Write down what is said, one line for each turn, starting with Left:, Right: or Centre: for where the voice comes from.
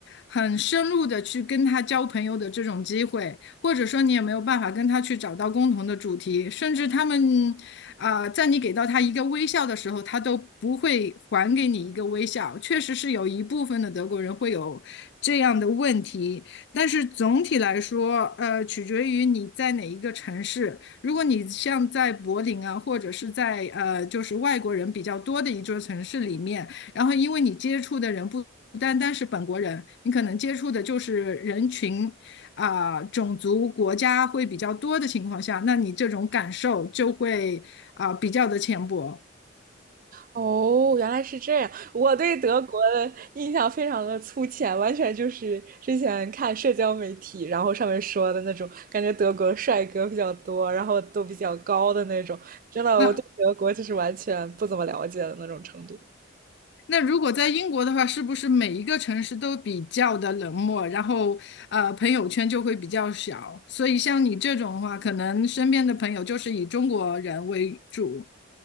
Left: 很深入的去跟他交朋友的这种机会，或者说你也没有办法跟他去找到共同的主题，甚至他们啊、在你给到他一个微笑的时候，他都不会还给你一个微笑。确实是有一部分的德国人会有这样的问题，但是总体来说，呃，取决于你在哪一个城市。如果你像在柏林啊，或者是在呃，就是外国人比较多的一座城市里面，然后因为你接触的人不。不单单是本国人，你可能接触的就是人群，啊、呃种族国家会比较多的情况下，那你这种感受就会啊、呃比较的浅薄。
Right: 哦，原来是这样。我对德国的印象非常的粗浅，完全就是之前看社交媒体，然后上面说的那种，感觉德国帅哥比较多，然后都比较高的那种。真的，
Left: 那
Right: 我对德国就是完全不怎么了解的那种程度。
Left: 那如果在英国的话，是不是每一个城市都比较的冷漠，然后呃朋友圈就会比较小？所以像你这种的话，可能身边的朋友就是以中国人为主。